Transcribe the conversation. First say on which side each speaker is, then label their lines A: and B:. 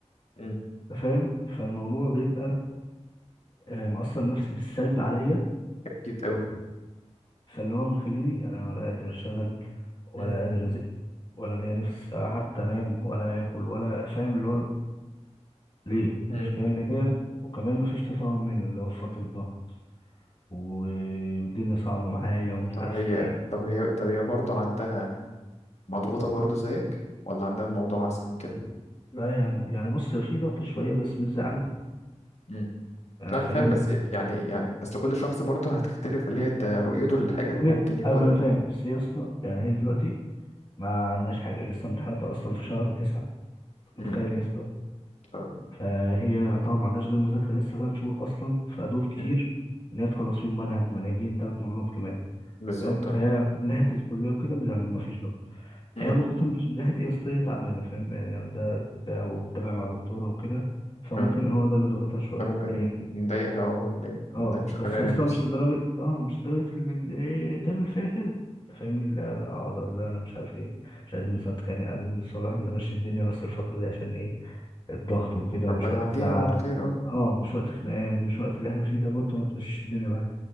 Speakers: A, on the left; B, on the left.
A: مم.
B: أنت فاهم فالموضوع بيبقى آه، مأثر نفسي بالسلب عليا
A: أكيد أوي
B: فاللي هو مخليني انا ولا قادر اشتغل ولا
A: مم.
B: قادر ازق ولا ليا نفس على حتى انام ولا اكل ولا فاهم اللي هو ليه
A: مم.
B: المشكله ان هي وكمان مفيش تفاهم مني اللي هو في فتره ضغط و- والدنيا صعبه معايا ومش
A: طب
B: عارف
A: هي
B: ايه
A: طب هي طب هي برضه عندها مضغوطة برضه زيك ولا عندها الموضوع أحسن من كده
B: لا يعني يعني بص هي في ضغط شويه بس مش زي عندي
A: مم.
B: يعني
A: لا أنا
B: فاهم
A: فاهم بس يعني يعني أصل كل شخص برضه هتختلف اللي هي ده رؤيته للحاجة
B: وجيت
A: اللي ممكن يكون
B: قبل انا فاهم بس هي يا اسطى يعني هي دلوقتي ما عندهاش حاجه لسه امتحاناتها اصلا في شهر تسعة متخيل
A: مم.
B: يا اسطى
A: آه،
B: فهي طبعا ما عندهاش غير مذاكرة لسه ثلاث شهور أصلا فدول كتير
A: مم.
B: إن هي تخلص فيهم منهج منهجين ثلاث مرات كمان
A: بالظبط
B: فاهم فهي من ناحية الكلية وكده ما فيش ضغط
A: مم.
B: هي مضغوطة من من ناحية إيه أصل هي تعبانة فاهم يعني ده ده وبتتابع مع دكتورة وكده فممكن
A: اه
B: هو ده اللي ضغطها شوية
A: ده ممكن
B: يعني
A: نضايقها ولا
B: اه
A: ولا مش
B: بس
A: خلالها
B: لسه
A: نفسي
B: مش لدرجة اه مش لدرجة ال- إيه تعمل فيها كده فاهمني لا لا، اقعد اقول لها انا مش عارف ايه مش عايزين مثلا نتخانق عايزين نتصالح نمشي الدنيا بس الفترة دي عشان ايه الضغط وكده ومش
A: ربنا
B: وقت
A: يعديها
B: لا
A: على خير اه
B: اه مش وقت خناقات مش وقت اللي احنا فيه ده برضه ما تمشيش الدنيا معايا